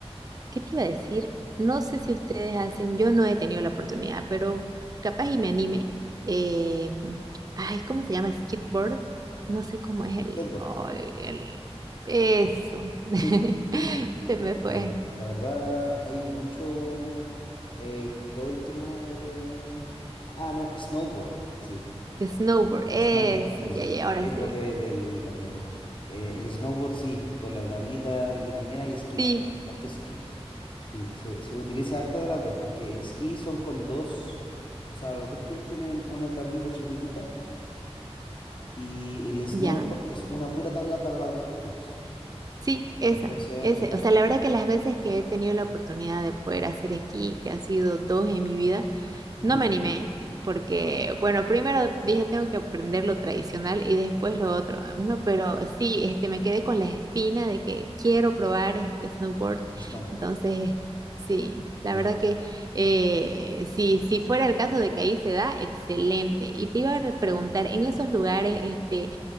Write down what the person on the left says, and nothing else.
Skateboard,
sí, sí, sí. sí.
Eh, la verdad hay mucho, eh, todo el tema de... Ah, no, snowboard, sí.
Snowboard. Sí,
sí,
sí.
Skateboard
de- del patinete. Eh, el snowboard, sí, con la tablita y también hay esquí,
harto esquí. Sí, se, se utiliza harto de las dos, porque el esquí son con dos, o sea, los dos pies tienen una tablita chiquitita y el snowboard
es una pura tabla para los dos pies.
Entonces,
ya.
Ujú,
Snowboard.
Bien.